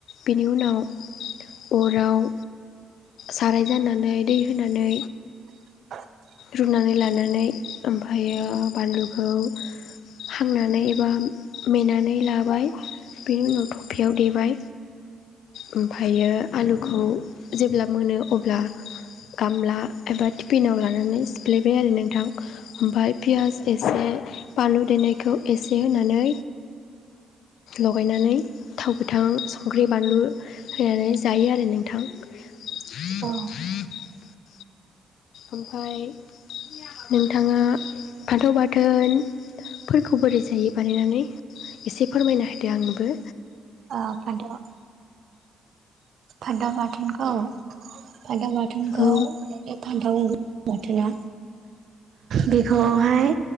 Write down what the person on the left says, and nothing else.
बिनि उनाव अराव साराय जानानै दै होनानै
रुनानै लानानै ओमफायो बानलुखौ हांनानै एबा मेनानै लाबाय। बेनि उनाव थफियाव देबाय ओमफायो आलुखौ जेब्ला मोनो अब्ला गामला एबा टिफिनाव लानानै सिफ्लेबाय आरो नोंथां ओमफाय पियास एसे बानलु देनायखौ एसे होनानै लगायनानै थावगोथां संख्रि बानलु होनानै जायो आरो नोंथां <unintelligible>
ओमफ्रायाय नोंथाङा फान्थाव बाथोन फोरखौ बोरै जायो बानायनानै एसे फोरमायना होदो आंबो
औ